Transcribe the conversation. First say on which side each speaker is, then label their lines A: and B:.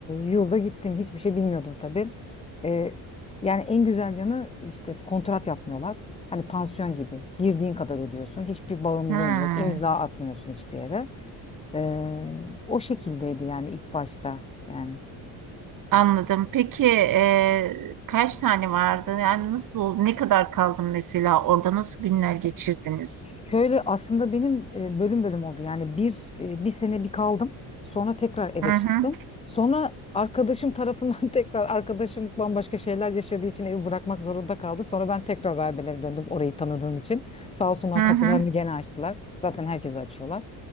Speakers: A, on the left (about 15°); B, on the right (about 55°).
A: yılda gittim hiçbir şey bilmiyordum tabii. E, yani en güzel yanı işte kontrat yapmıyorlar. Hani pansiyon gibi girdiğin kadar ödüyorsun hiçbir bağımlılığın
B: Hı.
A: yok imza atmıyorsun hiçbir yere. E, o şekildeydi yani ilk başta yani.
B: Anladım. Peki e, kaç tane vardı? Yani nasıl oldu? Ne kadar kaldın mesela? Orada nasıl günler geçirdiniz?
A: Şöyle aslında benim e, bölüm bölüm oldu. Yani bir e, bir sene bir kaldım. Sonra tekrar eve
B: Hı
A: çıktım.
B: hı,
A: Sonra arkadaşım tarafından <laughs> tekrar arkadaşım bambaşka şeyler yaşadığı için evi bırakmak zorunda kaldı. Sonra ben tekrar rahibelere döndüm orayı tanıdığım için. Sağ olsunlar
B: hı hı,
A: kapılarını gene açtılar. Zaten herkese açıyorlar.